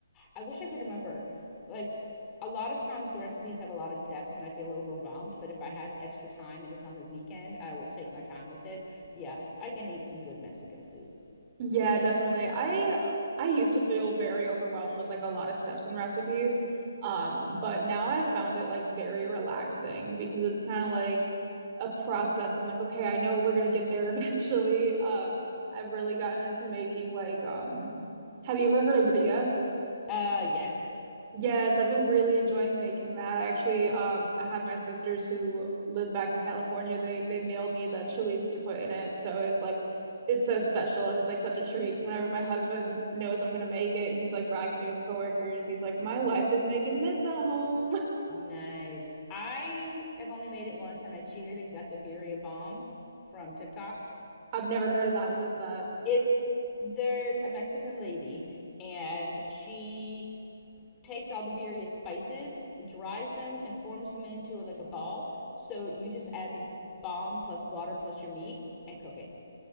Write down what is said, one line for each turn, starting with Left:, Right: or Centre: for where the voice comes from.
Left: I wish I could remember. Like a lot of times the recipes have a lot of steps and I feel overwhelmed, but if I have extra time and it's on the weekend, I will take my time with it. But yeah, I can eat some good Mexican food.
Right: Yeah, definitely. I I used to feel very overwhelmed with like a lot of steps and recipes. Um, but now I've found it like very relaxing because it's kind of like a process. I'm like, okay, I know we're gonna get there <laughs> eventually. Um, I've really gotten into making like um have you ever heard of bria?
Left: Uh yes.
Right: Yes, I've been really enjoying making that. I actually um I have my sisters who live back in California. They they mailed me the chilies to put in it. So it's like it's so special and it's like such a treat. Whenever my husband knows I'm gonna make it, he's like bragging to his coworkers. He's like, "My wife is making this at home."
Left: Nice. I have only made it once and I cheated and got the birria bomb from TikTok.
Right: <laughs> I've never heard of that. What is that?
Left: It's there's a Mexican lady and she takes all the birria spices, dries them, and forms them into like a ball. So you just add the balm plus water plus your meat and cook it.